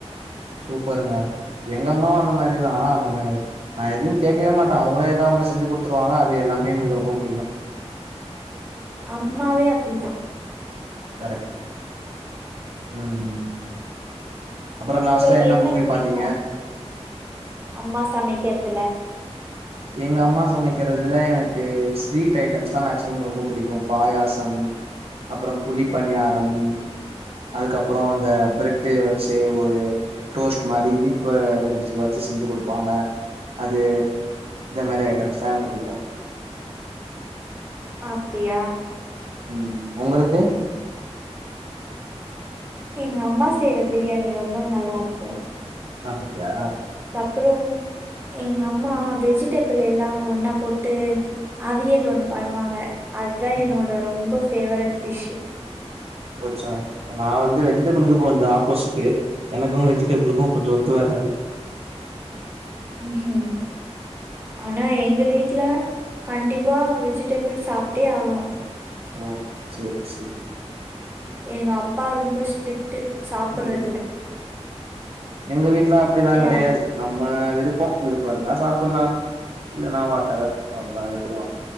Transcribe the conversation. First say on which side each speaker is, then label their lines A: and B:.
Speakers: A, on the right; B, on the right.
A: சூப்பருங்க. எங்க அம்மாவு அந்த மாரிதா நம்ம நா எதுவு கேக்கவே மாட்டே அவுங்களே ஏதாவது ஒண்ணு செஞ்சு குடுத்துருவாங்க அது எல்லாமே எங்களுக்கு ரொம்ப புடிக்கு.
B: அம்மாவே அப்டிதா.
A: கரெக்ட் ம் ம் அப்புறோ
B: உங்களுக்கு
A: லாஸ்ட்டா
B: என்ன
A: மூவி
B: புடிக்கு
A: பாத்தீங்க
B: அம்மா சமைக்கறதுல?
A: எங்க அம்மா சமைக்கிறதுல எனக்கு ஸ்வீட் ஐட்டம்ஸ்தா மேக்சிமம் ரொம்ப புடிக்கு. பாயாசம் அப்றம் குழி பணியாரம் அதுக்கப்றோ இந்த பிரெட்டு் வச்சு ஒரு டோஸ்ட் மாரி இனிப்பு வச்சு ஏதாச்சு செஞ்சு குடுப்பாங்க அது இந்த மாரி ஐட்டம்ஸ்லா எனக்கு புடிக்கு.
B: அப்டியா?
A: ம் உங்களுக்கு?
B: எங்க அம்மா செய்யற பிரியாணி ரொம்ப நல்லா இருக்கு.
A: அப்பிடியா?
B: அப்றோ எங்க அம்மா வெஜிடபிள் எல்லா ஒன்னா போட்டு அவியல் ஒன்னு பண்ணுவாங்க. அதா
A: ம்
B: என்னோட ரொம்ப ஃபேவரட் டிஷ்ஷு.
A: போச்சா அ நா வந்து வெஜிடபிளுக்கு கொஞ்ச ஆப்போசிட்டு எனக்கு வெஜிடபிளுக்கு கொஞ்ச ஒத்து வராது.
B: ம்ஹும் ஆனா எங்க வீட்ல கண்டிப்பா வெஜிடபிள் சாப்டே ஆகணு.
A: ஓ செரி செரி.
B: எங்க அப்பா ரொம்ப ஸ்ட்ரிட்டு சாப்டறதுல.
A: ம். எங்க வீட்ல அப்டிலா கெடையாது
B: ஆ
A: நம் அ விருப்போ விருப்ப இருந்தா சாப்டலா இல்லன்னா வாட்டவர் அவ்ளோதா விட்ருவாங்க.